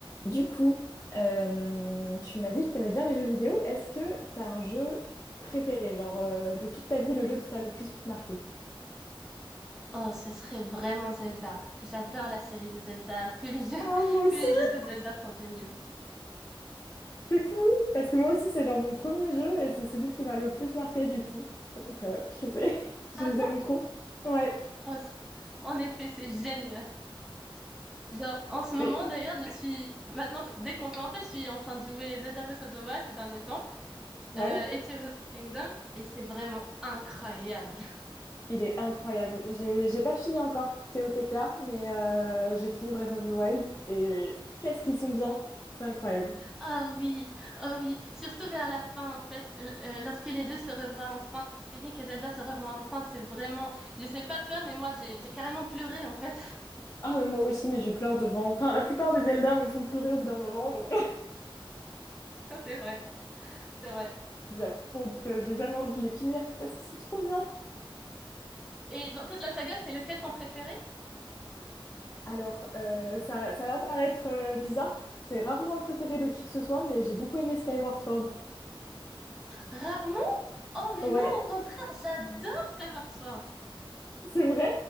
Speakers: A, on the left (about 30°); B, in the centre.
A: Du coup, euh, tu m'as dit que t'aimais bien les jeux vidéo. Est-ce que t'as un jeu préféré, genre euh, de toute ta vie, le jeu qui t'a le plus marqué?
B: Oh, ce serait vraiment Zelda. J'adore la série de Zelda. Tous les jeux,
A: Ah,
B: <laughs>
A: moi aussi!
B: tous les jeux de Zelda sont géniaux.
A: C'est fou! Parce que moi aussi, c'est genre mon premier jeu et c'est celui qui m'a le plus marqué du coup. Donc, euh, je les ai- <laughs> je
B: Ah
A: les
B: bon?
A: aime trop. Ouais.
B: Oh, c- en effet, c'est génial. Genre, en ce moment,
A: Et-
B: d'ailleurs, je suis, maintenant, dès qu'on peut, en fait, je suis en train de jouer Zelda Breath of the Wild ces derniers temps,
A: ouais.
B: euh, et Tears of the Kingdom, et c'est vraiment incroyable. <laughs>
A: Il est incroyable. J'ai j'ai pas fini encore TOTK, mais euh, j'ai fini Breath of the Wild et qu'est-ce qu'ils sont bien! C'est incroyable.
B: Ah oui, oh oui. Surtout vers la fin, en fait, l- euh, lorsque les deux se revoient enfin, lorsque Link et Zelda se revoient enfin, c'est vraiment, je sais pas toi, mais moi, j'ai, j'ai carrément pleuré, en fait.
A: Ah, mais moi aussi, mais je pleure devant. Enfin, la plupart des Zelda me font pleurer au bout d'un moment, donc <laughs>
B: <laughs> C'est vrai, c'est vrai.
A: j'aime trop, donc, euh, j'ai jamais envie de les finir parce qu'ils sont trop bien.
B: Et dans toute la saga, c'est lequel ton préféré?
A: Alors, euh, ça, ça va paraître euh, bizarre. C'est rarement le préféré de qui que ce soit, mais j'ai beaucoup aimé Skyward Sword.
B: Rarement? Oh mais
A: Ouais,
B: non, au contraire, j'adore Skyward Sword.
A: c'est vrai.